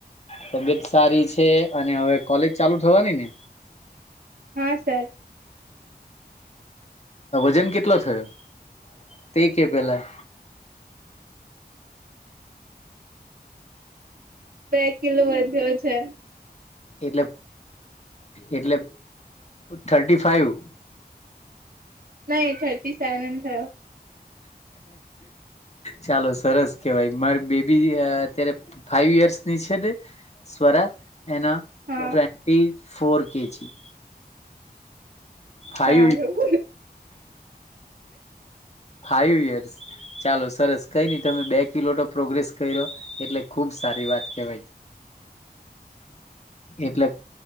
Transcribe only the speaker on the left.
તબિયત સારી છે અને હવે કોલેજ ચાલુ થવાની ને
વજન કેટલો થયો તે કે પેલા
એટલે એટલે થર્ટી ફાઈવ <inaudible>
ચાલો સરસ કેવાય મારી બેબી અત્યારે ફાઈવ યર્સની છે ને સ્વરા એના
ટવે ફોર કેજી ફાઈ
ફાઈવ યર્સ ચાલો સરસ કઈ નહી તમે બે કિલોટો પ્રોગ્રેસ કર્યો એટલે ખુબ સારી વાત કેવઈ એટલે